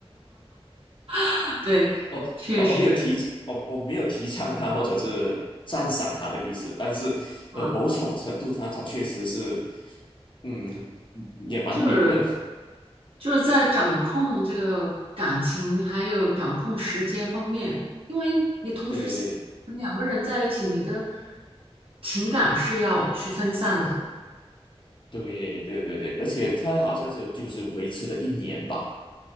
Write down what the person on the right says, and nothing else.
<laughs> 对，
确实
啊，
就是。就是在掌控这个感情，还有掌控时间方面，因为你同时
呃两个人在一起，你的情感是要去分散的。